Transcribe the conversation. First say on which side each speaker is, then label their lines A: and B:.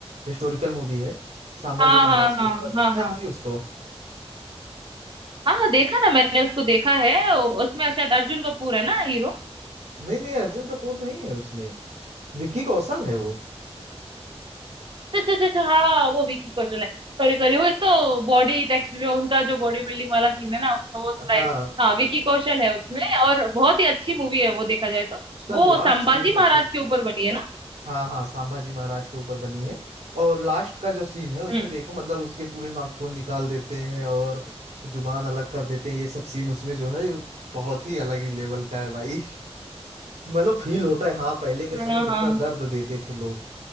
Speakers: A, on the right (about 90°); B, on the right (about 50°).
A: हिस्टोरिकल मूवी है संभाजी
B: हाँ
A: महाराज
B: हाँ हाँ
A: के ऊपर
B: हाँ
A: देखा
B: हाँ हाँ
A: कि नहीं उसको
B: हाँ देखा ना मैंने उसको देखा है उ- उसमें शायद अर्जुन कपूर है ना हीरो
A: नहीं नहीं अर्जुन कपूर नहीं है उसमें विक्की कौशल है वो
B: अच्छा अच्छा अच्छा अच्छा, हाँ वो विकी कौशल है सॉरी सॉरी वो एक तो बॉडी टेक्सचर जो उनका जो बॉडी बिल्डिंग वाला सीन है ना वो थोड़ा
A: हाँ
B: एक- हाँ विकी कौशल है उसमें और बहुत ही अच्छी मूवी है वो देखा जाए तो
A: उसका
B: वो
A: लास्ट
B: संभाजी
A: सीन देखो
B: महाराज के ऊपर बनी है ना
A: हाँ हाँ संभाजी महाराज के ऊपर बनी है और लास्ट का जो सीन है उसमें
B: हम्म
A: देखो मतलब उसके पूरे नाखून निकाल देते हैं और जुबान अलग कर देते हैं ये सब सीन उसमें जो है बहुत ही अलग ही लेवल का है भाई मतलब फील होता है हाँ पहले के
B: हाँ
A: समय कितना
B: हाँ
A: दर्द देते थे लोग